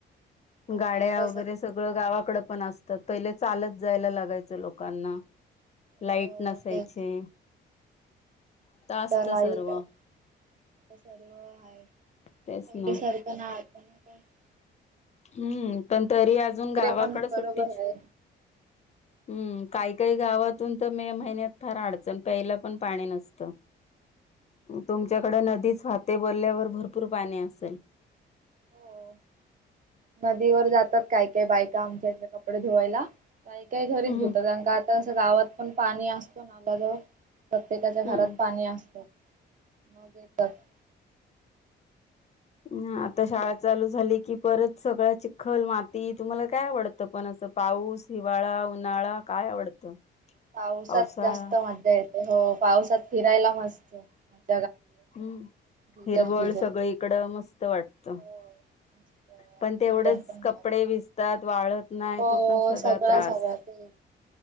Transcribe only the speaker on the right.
हो
आता
हो
तेच आता
लाईट
आय, आता सर्व हाय,
पहिले
सारखं न्हाय आता नाय <unintelligible>
पण
बरोबर आहे
हो नदीवर जातात, काय काय बायका आमच्या इथल्या कपडे धुवायला. काही काय घरीच
धुतात, अंका आता <unintelligible> गावात पण पाणी असत नाल्या जवळ प्रत्येकाच्या घरात
पाणी असतय. मग येतात.
पावसात
जास्त मज्जा येत हो पावसात फिरायला मस्त <unintelligible>
भिजत
भिजत
हो मस्त वातावरण
पण
भारी.
हो
सगळा ते